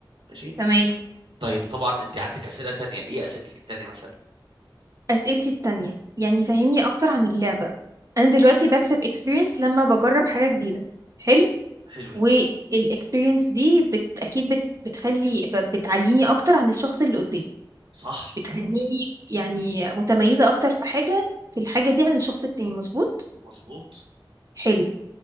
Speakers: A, on the right; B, on the right.
A: ماشي
B: تمام
A: ط- طيب طبعا أنت عندك أسئلة تانية إيه أسئلتك التانية مثلا
B: أسئلتي التانية يعني فهمني أكتر عن اللعبة أنا دلوقتي بكسب experience لما بجرب حاجة جديدة حلو
A: حلوين
B: والاكسبيرينس دي بت... أكيد بت... بتخلي ب... بتعليني أكتر عن الشخص اللي قدامي
A: صح
B: بتخليني يعني متميزة أكتر في حاجة في الحاجة دي عن الشخص التاني مظبوط
A: مظبوط
B: حلو